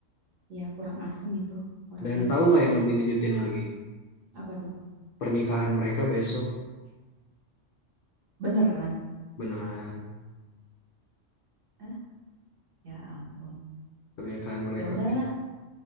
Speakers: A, on the right (about 85°); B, on the left (about 55°).
A: ya kurang asem itu orangnya.
B: Dan tahu nggak yang lebih ngejutin lagi?
A: Apa tuh?
B: Pernikahan mereka besok.
A: Beneran?
B: Beneran.
A: Eh, ya ampun.
B: Pernikahan mereka.
A: Ya udahlah,